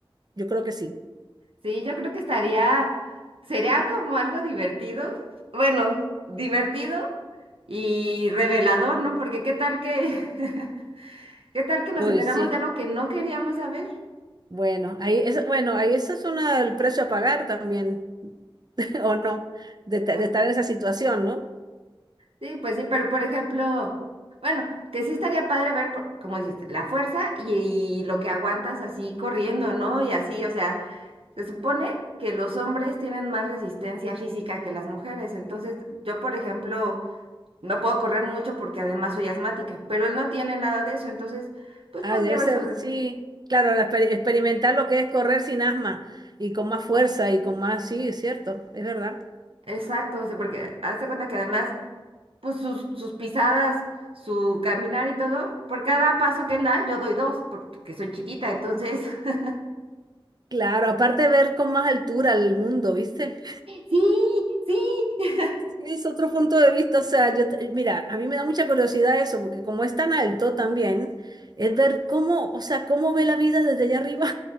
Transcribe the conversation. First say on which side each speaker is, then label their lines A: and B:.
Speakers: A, on the right; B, on the right.
A: Yo creo que sí.
B: Sí, yo creo que estaría, sería como algo divertido, bueno, divertido y revelador, ¿no? Porque qué tal que, <laughs> qué tal que nos
A: Uy,
B: enteramos
A: sí.
B: de algo que no queríamos saber.
A: Bueno, ahí es, bueno, ahí ese es una, el precio a pagar también, <laughs> o no, de, ta-
B: Pues
A: de estar en esa situación, ¿no?
B: sí, pues sí, pero por ejemplo, bueno, que sí estaría padre ver, por- como dices, la fuerza y, y lo que aguantas así corriendo, ¿no? Y así, o sea, se supone que los hombres tienen más resistencia física que las mujeres, entonces yo, por ejemplo, No puedo correr mucho porque además soy asmática, pero él no tiene nada de eso, entonces, pues
A: Ay,
B: podría
A: debe
B: haber
A: ser,
B: sorprendido.
A: sí, claro, la exper- experimentar lo que es correr sin asma y con más fuerza y con más, sí, es cierto, es verdad.
B: Exacto, o sea, porque hazte cuenta que además, pues sus, sus pisadas, su caminar y todo, por cada paso que él da, yo doy dos, porque soy chiquita, entonces, <laughs>
A: Claro, aparte ver con más altura el mundo, ¿viste?
B: Sí, sí.
A: es otro punto de vista, o sea, yo, te- mira, a mí me da mucha curiosidad eso, porque como es tan alto también, es ver cómo, o sea, cómo ve la vida desde allá arriba.